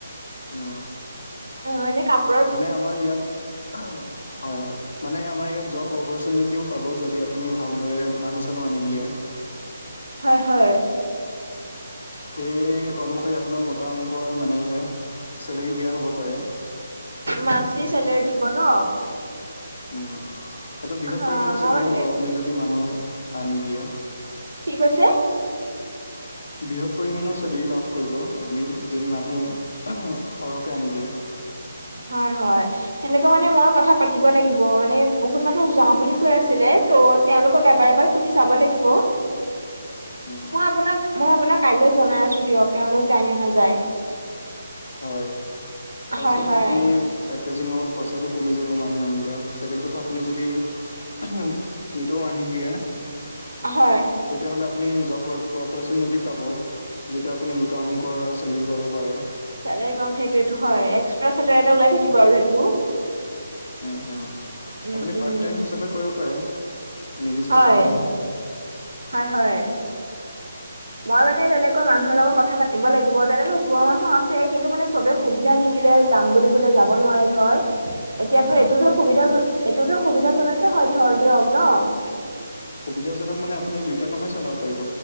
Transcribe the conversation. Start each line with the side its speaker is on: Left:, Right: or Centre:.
Left: উম।
Right: অ', এনে কাপ
Left: মানে আমাৰ ইয়াত হয় হয়। মানে আমাৰ ইয়াত জব অপৰ্চোনিতিও পাব যদি আপুনি ভালদৰে মানু্হ চানুহ আনি দিয়ে।
Right: হয়, হয়।
Left: সেই অনুসৰি আপোনাক মোটা অংকৰ মানে চেলাৰী দিয়া হ'ব পাৰে।
Right: মান্থলি চেলোৰী দিব ন?
Left: উম, সেইটো বৃহৎ
Right: অ
Left: পৰিমাণৰ
Right: মই
Left: চেলাৰি
Right: মানে
Left: হ'ব আপুনি যদি মানুহ আনি দিয়ে।
Right: কি কৈছে?
Left: বৃহৎ পৰিমণৰ চেলাৰি লাভ কৰিব আপুনি যদি মানুহ সৰহকে আনি দিয়ে।
Right: হয়, হয়। তেনেকৈ মানে মই কথা পাতিব লাগিব মানে বহুত মানুহ যাওঁ বুলি কৈ আছিলে। ত' তেওঁলোকক এবাৰ এবাৰ সুধি চাব লাগিব।
Left: উম,
Right: মই আপোনাক মই আপোনাক কাইলৈ জনাই আছোঁ দিয়ক তেওঁলোক যায় নে নাযায়।
Left: হয়, ফাৰ্ষ্ট
Right: হয়
Left: কথা
Right: হয়
Left: আপুনি পেকেজিঙৰ পইচাটো কমি যাব মানুহ আনিলে। ছেকেণ্ড কথা আপুনি যদি নিতৌ আনি দিয়ে।
Right: হয়।
Left: তেতিয়াহ'লে আপুনি জব অপৰ্চোনিতি পাব। যিটো আপুনি গোটা অংকৰ চেলাৰী পাব পাৰে।
Right: চেলাৰী পাম সেইটো এইটো হয়, এক্সট্ৰা চেলাৰী এটা ওলাই থাকিব
Left: উম
Right: আৰু সেইটো।
Left: উম উম
Right: উম
Left: আপুনি
Right: উম
Left: পাৰ্ট টাইম হিচাপে কৰিব পাৰে নিৰ্দিষ্ট
Right: হয়
Left: কাম নাই।
Right: হয় হয়। মই মানে তেনেকুৱা মানুহৰ লগত কথা পাতিব লাগিব তেনেকা যোৱা মানুহ আছে কিন্তু মানে চবে সুবিধা নিমিলে যাম বুলি কলে যাব নোৱাৰে ধৰ। এতিয়া ধৰ
Left: উম
Right: এইটো টো সুবিধাজন এইটো ধৰ সুবিধাজনকে হয় ধৰ দিয়ক ন'।
Left: সুবিধাজনক মানে আপুনি দুইটা কামেই চলাব পাৰিব